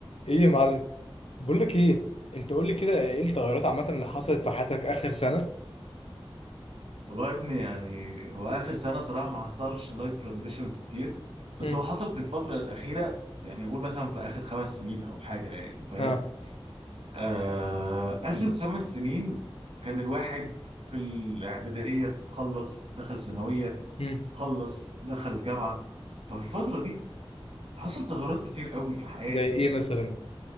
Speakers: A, on the left; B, on the right.
A: ايه يا معلم بقول لك ايه انت قول لي كده ايه التغيرات عامه اللي حصلت في حياتك اخر سنه
B: والله يا ابني يعني هو اخر سنه بصراحه ما حصلش لايف ترانزيشنز كتير بس
A: مم.
B: هو حصل في الفتره الاخيره يعني اقول مثلا في اخر خمس سنين او حاجه يعني فاهم
A: ها
B: آه اخر خمس سنين كان الواحد في الاعداديه خلص دخل ثانويه
A: مم.
B: خلص دخل جامعه ففي الفتره دي حصل تغيرات كتير قوي في حياتي
A: زي ايه
B: يعني
A: مثلا